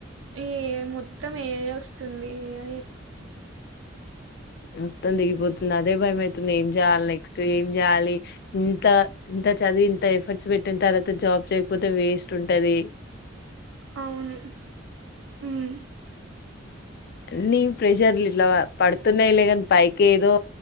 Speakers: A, on the right; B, on the left.
A: ఏ మొత్తం ఏఐ వస్తుంది ఇగ
B: మొత్తం దిగిపోతుంది అదే భయమైతుంది ఏం చేయాలి నెక్స్ట్ ఏం చేయాలి ఇంత ఇం త చదివి ఇంత ఎఫర్ట్స్ పెట్టిన తర్వాత జాబ్ చేయకపోతే వేస్ట్ ఉంటది
A: అవును హ్మ్
B: అన్నీ ప్రెషర్లు ఇట్లా పడుతున్నాయిలే కానీ పైకి ఏదో